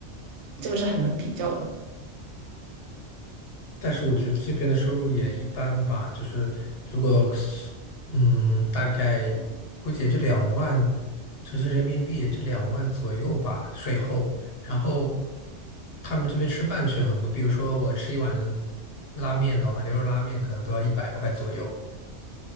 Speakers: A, on the right; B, on the left.
A: 这个是很难比较的。
B: 但是我觉得这边的收入也一般吧，就是如果是嗯，大概估计也就两万，就是人民币也就两万左右吧，税后。然后他们这边吃饭却很贵，比如说我吃一碗拉面的话，牛肉拉面可能都要一百块左右。